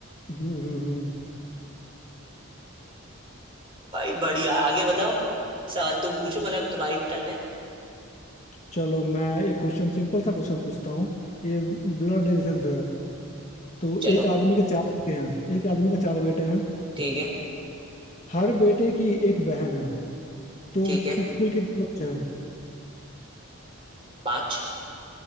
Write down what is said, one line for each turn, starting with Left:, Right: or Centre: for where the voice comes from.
Left: हम्म हम्म हम्म।
Right: भाई बढ़िया आगे बताओ सवाल तुम पूछो मतलब तुम्हारी टर्न है
Left: चलो मैं एक क्वेश्चन सिंपल सा क्वेश्चन पूछता हूँ ये ब्लड रिलेशन है तो
Right: चलो
Left: एक आदमी के चार बेटे हैं एक आदमी के चार बेटे हैं
Right: ठीक है
Left: हर बेटे की एक बहन है तो
Right: ठीक है
Left: कि, कुल कितने बच्चे
Right: पांच